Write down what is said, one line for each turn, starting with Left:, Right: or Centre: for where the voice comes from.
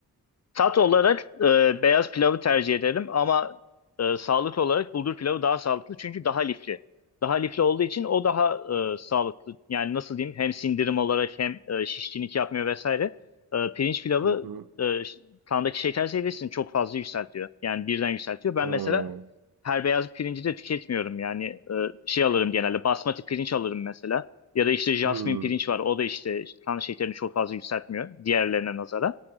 Left: Tat olarak e, beyaz pilavı tercih ederim ama e, sağlık olarak bulgur pilavı daha sağlıklı çünkü daha lifli. Daha lifli olduğu için o daha e, sağlıklı. Yani nasıl diyeyim hem sindirim olarak hem e, şişkinlik yapmıyor vesaire. E, pirinç pilavı
Right: Hı hı.
Left: e, ş- kandaki şeker seviyesini çok fazla yükseltiyor. Yani birden yükseltiyor. Ben
Right: Ha.
Left: mesela her beyaz pirinci de tüketmiyorum. Yani e, şey alırım genelde basmati pirinç alırım mesela. Ya da işte jasmin
Right: Hmm.
Left: pirinç var. O da işte işte kan şekerini çok fazla yükseltmiyor diğerlerine nazara